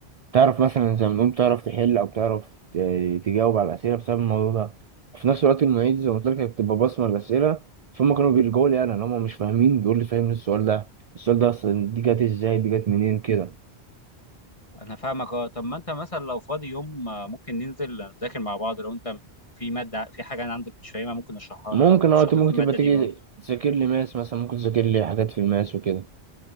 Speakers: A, on the right (about 50°); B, on the left (about 30°).
A: تعرف مثلا زي ما بنقول تعرف تحل او تعرف ت- تجاوب على الاسئله بسبب الموضوع ده وفي نفس الوقت المعيد زي ما قلت لك كانت بتبقى بصمه الاسئله فهم كانوا بيلجؤوا لي انا ان هم مش فاهمين بيقول لي فاهم السؤال ده السؤال ده اصلا دي جت ازاي دي جت منين كده
B: انا فاهمك اه طب ما انت مثلا لو فاضي يوم آه، ممكن ننزل نذاكر مع بعض لو انت في ماده في حاجه انا عندك مش فاهمها ممكن اشرحها
A: ممكن
B: لك انا كنت
A: وقت
B: شاطر
A: ممكن
B: في الماده
A: تبقى تيجي
B: دي برضه
A: تذاكر لي ماس مثلا ممكن تذاكر لي حاجات في الماس وكده